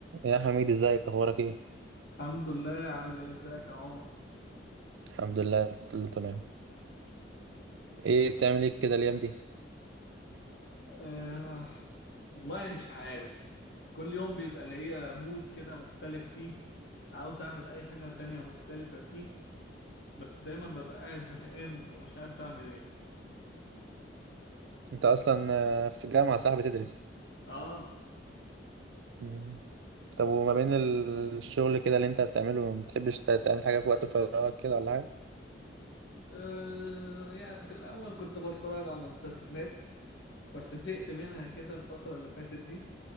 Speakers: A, on the right; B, on the left.
A: يا حميد ازيك اخبارك ايه
B: الحمد لله عامل ايه ازيك يا عمر
A: الحمد لله كله تمام ايه بتعمل ايه كده الايام دي
B: آه والله مش عارف كل يوم بيبقى ليا مود كده مختلف فيه عاوز اعمل اي حاجة تانية مختلفة فيه بس دايما ببقى قاعد زهقان ومش عارف اعمل ايه
A: انت اصلا آه، في الجامعه صح بتدرس
B: اه,
A: مم. طب وما بين ال- الشغل كده اللي انت بتعمله ما بتحبش ت- تعمل حاجه في وقت فراغك كده ولا حاجه
B: آه يعني في الاول كنت بتفرج على مسلسلات بس زهقت منها كده الفترة اللي فاتت دي